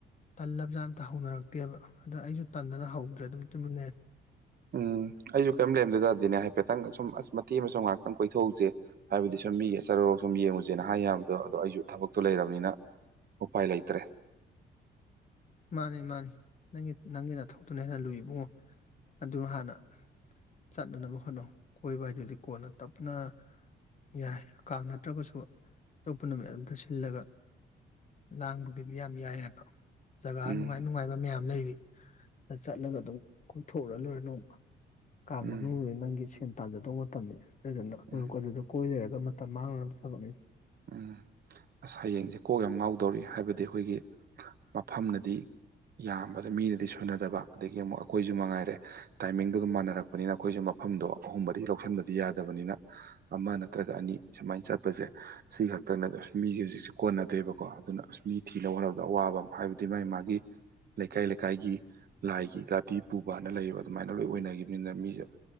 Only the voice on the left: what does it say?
ꯇꯜꯂꯕ ꯖꯥꯠ ꯑꯝꯇ ꯍꯧꯅꯔꯛꯇꯦꯕ ꯑꯗ ꯑꯩꯁꯨ ꯇꯟꯗꯅ ꯍꯧꯗ꯭ꯔꯦ ꯑꯗꯨꯝ ꯇꯨꯃꯤꯟꯂꯦ
ꯃꯥꯅꯤ ꯃꯥꯅꯤ ꯅꯪꯒꯤ ꯅꯪꯒꯤ ꯅꯊꯧꯗꯨꯅꯥ ꯍꯦꯟꯅ ꯂꯨꯏꯕꯨꯡꯉꯣ ꯑꯗꯨ ꯍꯥꯟꯅ ꯆꯠꯅꯅꯕ ꯍꯣꯠꯅꯧ ꯀꯣꯏꯕ ꯍꯥꯏꯗꯨꯗꯤ ꯀꯣꯟꯅ ꯇꯞꯅ ꯌꯥꯏ ꯀꯥꯡ ꯅꯠꯇ꯭ꯔꯒꯁꯨ ꯑꯇꯣꯞꯄ ꯅꯨꯃꯤꯠ ꯑꯝꯇ ꯁꯤꯜꯂꯒ ꯂꯥꯡꯕꯒꯤꯗꯤ ꯌꯥꯝ ꯌꯥꯏꯍꯥꯏꯕ ꯖꯒꯥ
ꯅꯨꯡꯉꯥꯏ ꯅꯨꯡꯉꯥꯏꯕ ꯃꯌꯥꯝ ꯂꯩꯔꯤ ꯗ ꯆꯠꯂꯒ ꯑꯗꯨꯝ ꯀꯣꯏꯊꯣꯛꯎꯔ ꯂꯣꯏꯔꯦ ꯅꯣꯡꯃꯥ ꯀꯥꯡ
ꯃꯅꯨꯡꯗꯤ ꯅꯪꯒꯤ ꯁꯦꯟ ꯇꯥꯟꯖꯗꯧ ꯃꯇꯝꯅꯤ ꯑꯗꯨꯗꯨꯅ
<unintelligible> ꯀꯣꯏ ꯂꯩꯔꯒ ꯃꯇꯝ ꯃꯥꯡꯅꯕ ꯊꯕꯛꯅꯤꯗ